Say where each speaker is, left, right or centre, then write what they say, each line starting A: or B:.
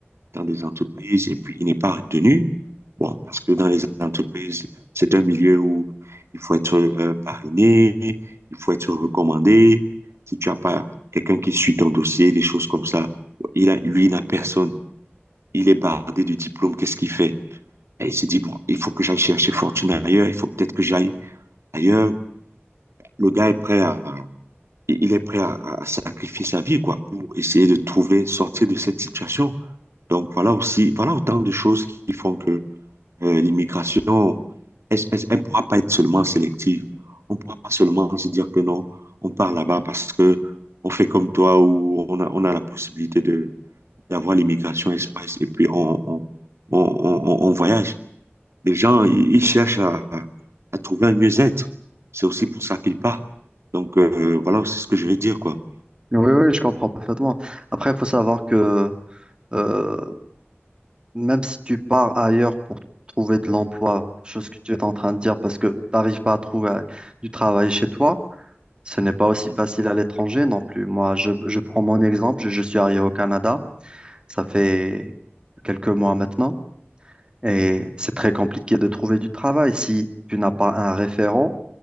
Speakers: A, on the right (about 80°); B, on the right (about 20°).
A: dans des entreprises. Et puis, il n'est pas retenu. Bon, parce que dans les entreprises, c'est un milieu où il faut être euh, parrainé, il faut être recommandé. Si tu n'as pas quelqu'un qui suit ton dossier, des choses comme ça, il a, lui, il n'a personne. Il est bardé du diplôme, qu'est-ce qu'il fait? Et il s'est dit, bon, il faut que j'aille chercher fortune ailleurs, il faut peut-être que j'aille ailleurs le gars est prêt à, il est prêt à, à sacrifier sa vie, quoi, pour essayer de trouver, sortir de cette situation. Donc, voilà aussi, voilà autant de choses qui font que euh, l'immigration, elle ne pourra pas être seulement sélective. On ne pourra pas seulement se dire que non, on part là-bas parce que on fait comme toi ou on a, on a la possibilité de, d'avoir l'immigration express et puis on, on, on, on, on voyage. Les gens, ils, ils cherchent à, à trouver un mieux-être. C'est aussi pour ça qu'ils partent. Donc, euh, voilà, c'est ce que je vais dire, quoi.
B: Oui, oui, je comprends parfaitement. Après, il faut savoir que euh, même si tu pars ailleurs pour t- trouver de l'emploi, chose que tu es en train de dire parce que tu n'arrives pas à trouver euh, du travail chez toi, Ce n'est pas aussi
A: Mm.
B: facile à l'étranger non plus. Moi, je, je prends mon exemple. Je, je suis arrivé au Canada. Ça fait quelques mois maintenant. Et c'est très compliqué de trouver du travail. Si tu n'as pas un référent,